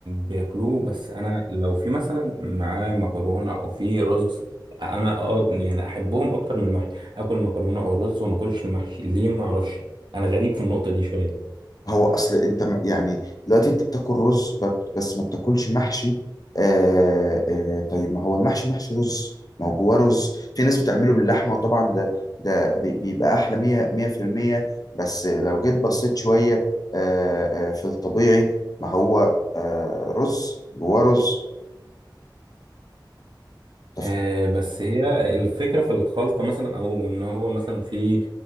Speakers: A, on the right; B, on the left.
A: بياكلوه بس انا لو في مثلا معاه مكرونه او في رز انا اه يعني احبهم اكتر من المحشي اكل مكرونه او رز وما اكلش المحشي ليه ما اعرفش انا غريب في النقطه دي شويه
B: هو اصل انت م- يعني دلوقتي انت بتاكل رز ب- بس ما بتاكلش محشي آه آه طيب ما هو المحشي محشي رز ما هو جواه رز في ناس بتعمله باللحمه وطبعا ده ده بي- بيبقى احلى 100 100% بس لو جيت بصيت شويه آه آه في الطبيعي ما هو آه رز جواه رز انت
A: آه، بس هي الفكرة في الخلطة مثلا أو إن هو مثلا في